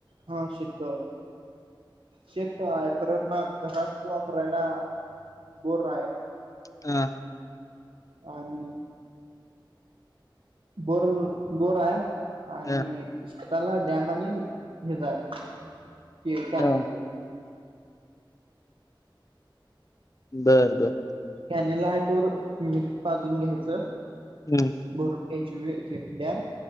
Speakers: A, on the right; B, on the left.
A: हा शेत शेत आहे परत न घरात वापरायला बोर हाय
B: हा
A: आणि बोर बोर हाय आणि
B: ह
A: शेताला डॅम आणि हेज आहे, ते कॅनेलच.
B: ह बर बर
A: कॅनल आहे तोवर विहरीत पाजून घ्यायच.
B: हम्म
A: भरून घ्यायची विहीर ती डॅम.